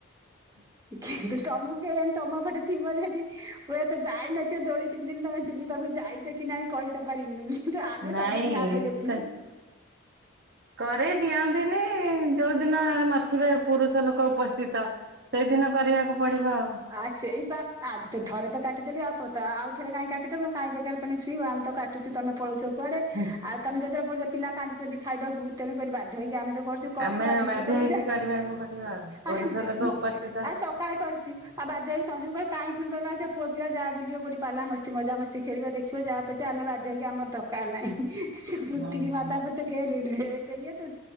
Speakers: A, on the right (about 50°); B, on the right (about 15°).
A: ହୁଁ
B: କିନ୍ଥୁ ତମୁକୁ କିଏ ଏମ୍ ତମ ପଟେ ଥିବ ଯଦି ହୁଏ ତ ଯାଇନଥିବ ଦୋଳି ତିନି ଦିନି ତମେ ଚୁଲି ପାଖୁକୁ ଯାଇ କି ନାହିଁ କହି ତ ପାରିବୁନୁ। କିନ୍ତୁ ଆମେ
A: ନାଇଁ
B: ସବୁଦିନି ଆଭେଲେବୁଲୁ।
A: ସେ କରେଇ ଦିଅନ୍ତିନି। ଯୋଉ ଦିନ ନଥିବେ ପୁରୁଷ ଲୋକ ଉପସ୍ଥିତ ସେଇଦିନ କରିବାକୁ ପଡିବ ଆଉ।
B: ଆ ସେଇ ବା। ଆଜି ତ ଥରେ ତ କାଟି ଦେଲି ଆଉ ପ୍ରତା ଆ-ଆଉ ଥରେ କାଇଁ କାଟି ଦବୁ କାହିଁ ବେକାରେ ତମେ ଛୁଇଁବ ଆମେ ତ କା ଟୁଛୁ ତମେ ପଳଉଛ କୁଆଡେ।
A: ହୁଁ।
B: ଆଉ ତମେ ଯେତେବେଳେ ପଳଉଛ ପିଲା କାନ୍ଦୁଛନ୍ତି ଖାଇବାକୁ ତେଣୁ କରି ବାଧ୍ୟ ହେଇକି ଆମେ ତ କରୁଛୁ କରିବୁ
A: ଆମେ
B: ଆଉ ଦିନେ
A: ବାଧ୍ୟ
B: କଲୁ
A: ହେଇକି
B: ଯେ
A: କରିବାକୁ ପଡିବ ଆଉ ପୁରୁଷ
B: ଆଁ ଦି
A: ଲୋକ ଉପସ୍ଥିତ
B: ଆଉ ସକାଳେ କରିଛୁ ଆଉ ବାଧ୍ୟ ହେଇ ସଞ୍ଜକୁ କରିବୁ କାହିଁ ପୁଣି ତମେ ଆସିବ ପୁଅ ପିଲା ଯାଅ ବୁଲିବ କୋଉଠି ପାଲା ମସ୍ତି ମଜା ମସ୍ତି ଖେଳିବ ଦେଖ୍ ଖିବ ଯାଅ ପଛେ ଆମେ ବାଧ୍ୟ ହେଇକି ଆମର ଦରକାର ନାହିଁ। ସେ ପୃଥିବୀ
A: ହୁଁ।
B: ମାତା ପଛକେ ରୁ ରେଷ୍ଟ ନିଅନ୍ତୁ